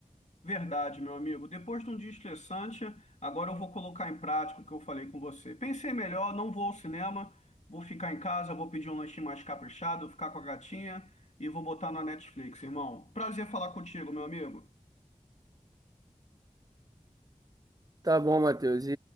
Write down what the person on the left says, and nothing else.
Verdade, meu amigo. Depois de um dia estressante, agora eu vou colocar em prática o que eu falei com você. Pensei melhor, não vou ao cinema, vou ficar em casa, vou pedir um lanchinho mais caprichado, ficar com a gatinha e vou botar na Netflix, irmão. Prazer falar contigo, meu amigo.